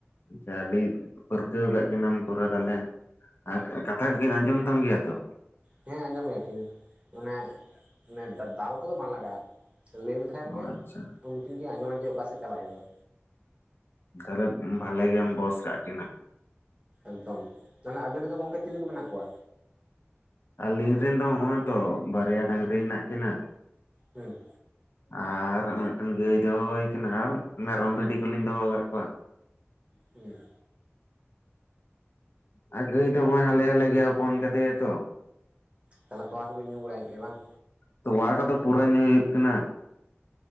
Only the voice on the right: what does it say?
ᱦᱮᱸ ᱟᱸᱡᱚᱢ ᱜᱮᱭᱟ ᱠᱤᱱ ᱚᱱᱮ ᱚᱱᱮ ᱫᱟᱞ ᱠᱚᱫᱚ ᱵᱟᱝ ᱞᱟᱜᱟᱜᱼᱟ᱾ ᱞᱟᱹᱭ ᱞᱮᱠᱷᱟᱱ
ᱜᱮ
ᱩᱱᱠᱤᱱ ᱠᱤᱱ ᱟᱸᱡᱚᱢᱟ ᱡᱮ ᱚᱠᱟᱥᱮᱜ ᱪᱟᱞᱟᱜ ᱦᱳᱭᱳᱜᱼᱟ᱾
ᱮᱠᱫᱚᱢ ᱛᱟᱦᱚᱞᱮ ᱟᱵᱮᱱ ᱨᱮᱱ ᱫᱚ ᱜᱚᱝᱠᱮ ᱪᱤᱞᱤ ᱠᱚ ᱢᱮᱱᱟᱜ ᱠᱚᱣᱟ?
ᱦᱮᱸ
ᱦᱩᱸ
ᱛᱟᱦᱚᱞᱮ ᱛᱚᱣᱟ ᱠᱚᱵᱤᱱ ᱧᱩ ᱵᱟᱲᱟᱭᱮᱜ ᱜᱮᱭᱟ ᱵᱟᱝ᱾